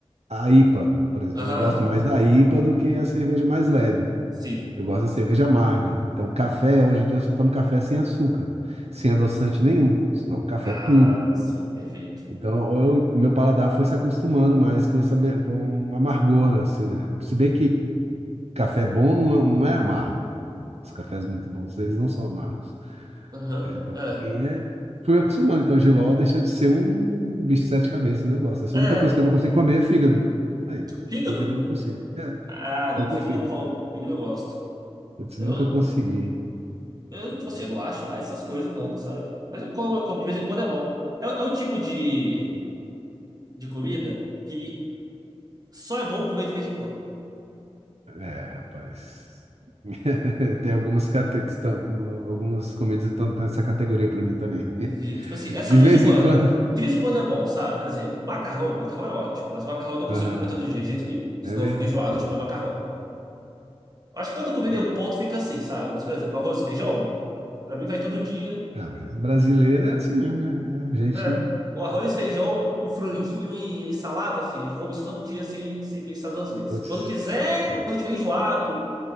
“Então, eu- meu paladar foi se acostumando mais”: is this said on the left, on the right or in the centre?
Right